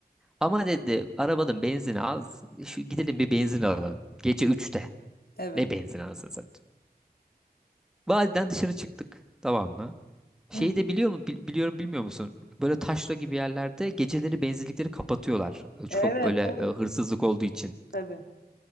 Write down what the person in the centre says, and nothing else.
Ama dedi arabanın benzini az. Şu gidelim bir benzin alalım. Gece üçte.
Ne benzin anasını satayım. Vadiden dışarı çıktık. Tamam mı? Şeyi
de biliyor mu? bil- biliyorum bilmiyor musun? Böyle taşra gibi yerlerde geceleri benzinlikleri kapatıyorlar. E, Çok
böyle
e, hırsızlık olduğu için.